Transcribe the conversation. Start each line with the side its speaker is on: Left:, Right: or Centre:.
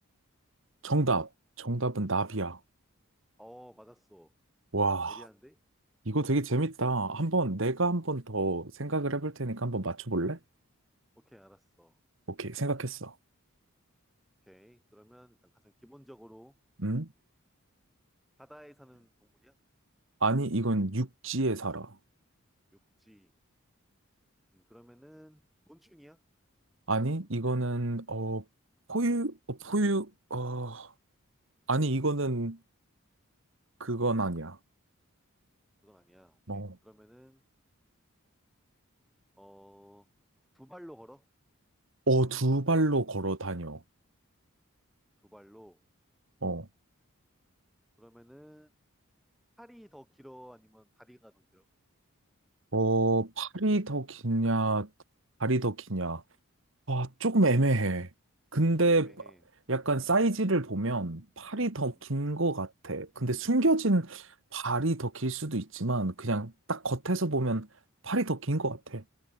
Right: 정답. 정답은 나비야.
Centre: 어, 맞았어.
Right: 와,
Centre: 예리한데?
Right: 이거 되게 재밌다. 한번 내가 한번 더 생각을 해볼 테니까 한번 맞춰볼래?
Centre: 오케이, 알았어.
Right: 오케이, 생각했어.
Centre: 오케이. 그러면 일단 가장 기본적으로
Right: 음?
Centre: 바다에 사는 동물이야?
Right: 아니, 이건 육지에 살아.
Centre: 육지. 음, 그러면은 곤충이야?
Right: 아니, 이거는 어 포유, 어, 포유, 어, 아니, 이거는 그건 아니야.
Centre: 그건 아니야. 오케이.
Right: 어,
Centre: 그러면은 어, 두 발로 걸어?
Right: 어, 두 발로 걸어 다녀.
Centre: 두 발로.
Right: 어,
Centre: 그러면은 팔이 더 길어? 아니면 다리가 더 길어?
Right: 어, 팔이 더 기냐, 다리 더 기냐. 아, 조금 애매해. 근데
Centre: 애매해.
Right: 약간 사이즈를
Centre: 음,
Right: 보면 팔이 더
Centre: 음,
Right: 긴 것 같아. 근데 숨겨진 발이 더 길 수도 있지만 그냥 딱 겉에서 보면 팔이 더 긴 것 같아.